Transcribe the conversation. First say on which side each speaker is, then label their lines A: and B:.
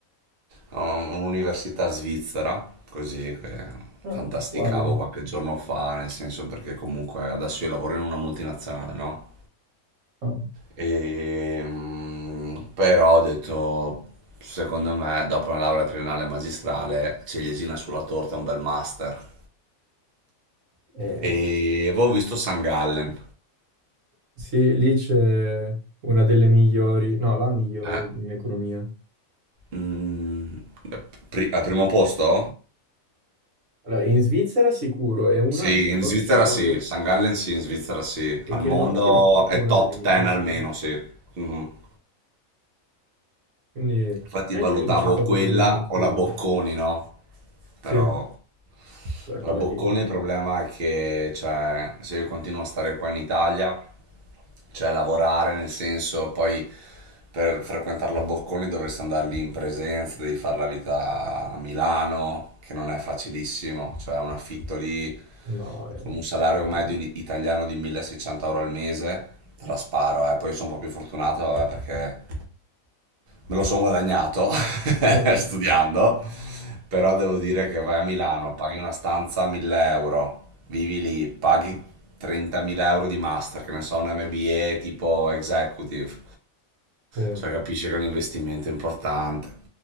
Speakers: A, on the right; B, on the right.
A: a un'università svizzera, così che
B: Ah,
A: fantasticavo
B: uguale.
A: qualche giorno fa, nel senso perché comunque adesso io lavoro in una multinazionale, no?
B: Ah.
A: E, mm, però ho detto, secondo me, dopo una laurea triennale e magistrale, ciliegina sulla torta un bel master.
B: Eh,
A: E avevo visto San Gallen.
B: Sì, lì c'è una delle migliori, no, la migliore
A: Eh,
B: in economia.
A: mm, eh, pri- al primo posto?
B: Allora, in Svizzera sicuro, e una
A: Sì,
B: anche
A: in
B: forse
A: Svizzera
B: credo,
A: sì, St. Gallen sì, in Svizzera sì,
B: e
A: al
B: credo
A: mondo
B: anche in Europa
A: è
B: è una
A: top
B: delle migliori.
A: 10 almeno, sì. Mhm.
B: Quindi
A: Infatti
B: anche
A: valutavo
B: io lì ci sto
A: quella
B: facendo un pensierino.
A: o la Bocconi, no?
B: Sì,
A: Però
B: beh,
A: la
B: quella
A: Bocconi
B: lì è...
A: il problema è che, cioè, se io continuo a stare qua in Italia cioè lavorare nel senso poi per frequentare la Bocconi dovresti andare lì in presenza, devi fare la vita a Milano, che non è facilissimo, cioè un affitto lì
B: No, è...
A: con un salario
B: <laughs>
A: medio in- italiano di 1600 euro al mese, te la sparo, eh. poi sono un po' più fortunato vabbè, perché me lo sono guadagnato <laughs>
B: Ok.
A: studiando, però devo dire che vai a Milano, paghi una stanza a 1000 euro, vivi lì, paghi 30.000 euro di master, che ne so, un MBA tipo executive,
B: Eh,
A: cioè capisci che è un investimento importante,